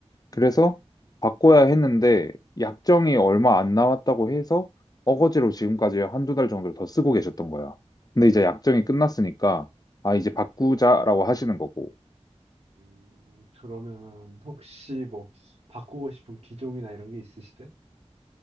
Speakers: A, on the left (about 35°); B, on the right (about 65°).
A: 그래서
B: 그치.
A: 바꿔야 했는데 약정이 얼마 안 남았다고 해서 어거지로 지금까지 한두 달 정도를 더 쓰고 계셨던 거야. 근데 이제 약정이 끝났으니까 아
B: 음,
A: 이제 바꾸자라고 하시는 거고
B: 음, 그러면 혹시 뭐 바꾸고 싶은 기종이나 이런 게 있으시대?